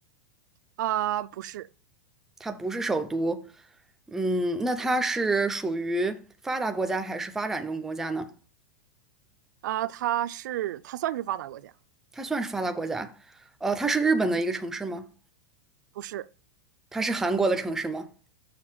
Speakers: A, on the right; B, in the centre.
A: 啊，不是
B: 它不是首都。嗯，那它是属于发达国家还是发展中国家呢？
A: 啊，它是它算是发达国家，
B: 它算是发达国家。呃，它是日本的一个城市吗？
A: 不是，
B: 它是韩国的城市吗？